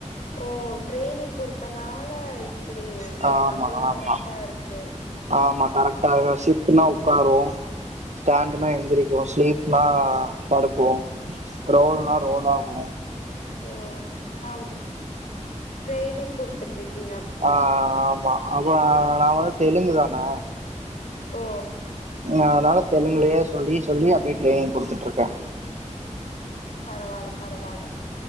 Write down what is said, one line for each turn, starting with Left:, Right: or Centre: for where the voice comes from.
Left: ஓ ட்ரெய்னிங் குடுத்தனால இப்டி லைக்
Right: ஆமா
Left: அவ்ளோ
Right: ஆமா
Left: கரெக்ட்டா இருக்கு
Right: ஆமா கரெட்டாத சிட்டுனா உட்காரு ஸ்ண்டுனா எந்திரிக் ஸ்லீப்னா படுக்கு ஸ்க்ரோல்னா ரோலாகு
Left: ஓ <unintelligible> ட்ரைனிங் குடுத்துட்டிறிக்கீங்க
Right: ஆஹ் ஆஹ் ஆமா அப்றோ நா வந்து தெலுங்கு தானே
Left: ஓ
Right: நா அதனால தெலுங்கிலேயே சொல்லி சொல்லி அப்டியே ட்ரெய்னிங் குடுத்துட்ருக்கே
Left: பரவால பரவால